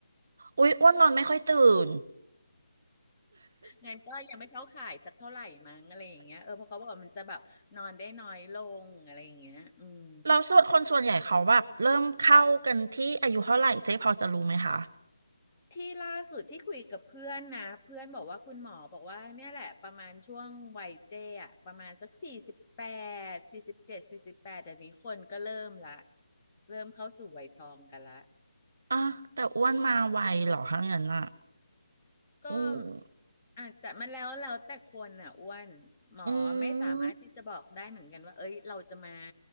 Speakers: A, on the right; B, on the left.
A: อุ๊ยอ้วนนอนไม่ค่อยตื่น
B: งานก็ยังไม่เข้าข่ายสักเท่าไหร่มั้งอะไรอย่างเงี้ยเออเพราะเขาบอกว่ามันจะแบบนอนได้น้อยลงอะไรอย่างเงี้ยอืม
A: เราส่วนคนส่วนใหญ่เขาแบบเริ่มเข้ากันที่อายุเท่าไหร่เจ๊พอจะรู้ไหมคะ
B: ที่ล่าสุดที่คุยกับเพื่อนนะเพื่อนบอกว่าคุณหมอบอกว่าเนี่ยแหละประมาณช่วงวัยเจ้อะประมาณสักสี่สิบแปดสี่สิบเจ็ดสี่สิบแปดเดี๋ยวนี้คนก็เริ่มละเริ่มเข้าสู่วัยทองกันละ
A: อ่ะแต่อ้วนมาไวเหรอคะงั้นอ่ะ
B: ก็
A: อืม
B: อาจจะมันแล้วแล้วแต่คนอ่ะอ้วนหมอไม่สามารถที่จะบอกได้เหมือนกันว่าเอ้ยเราจะมา
A: อืม